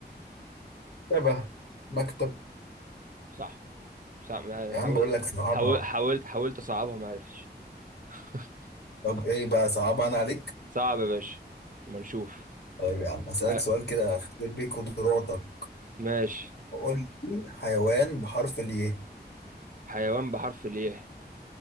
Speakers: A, on the left; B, on the right.
A: مرتبة مكتب
B: صح صح ما-
A: يا
B: حاول
A: عم بقول لك صعبها
B: حاول حاولت حاولت اصعبها ما عرفتش <laughs>
A: طب إيه بقى صعبها أنا عليك
B: صعب يا باشا ما نشوف
A: طيب يا عم أسألك
B: آه
A: سؤال كده أختبر بيه قدراتك
B: ماشي
A: قول لي حيوان بحرف الياء
B: حيوان بحرف اليه